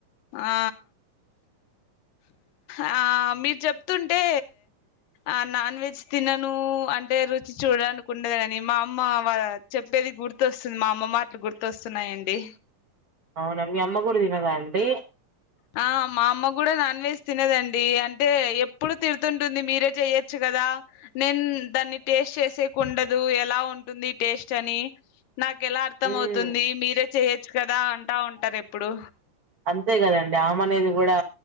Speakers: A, on the left (about 85°); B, on the right (about 70°).
A: ఆ ఆ మీరు చెప్తుంటే ఆ నాన్ వెజ్ తిననూ అంటే రుచి చూడదనుకుండదాని మా అమ్మ వా చెప్పేది గుర్తొస్సుంది మా అమ్మ మాట్లు గుర్తోస్సున్నాయండి.
B: అవునా మీ అమ్మ గూడా తినదా అండీ
A: <inaudible> ఆ మా అమ్మ గూడా నాన్ వెజ్ తినదండీ అంటే ఎప్పుడూ తిడ్తుంటుంది మీరే జెయ్యాచ్చు గదా నెన్ దాన్ని టేస్ట్ చేసేకుండదూ ఎలా ఉంటుంది టేస్ట్ అనీ నాకెలా అర్థం
B: హ్మ్.
A: అవుతుంది మీరే చెయొచ్చు కదా అంటా ఉంటరు ఎప్పుడూ
B: అంతే గదండి ఆమె అనేది గూడా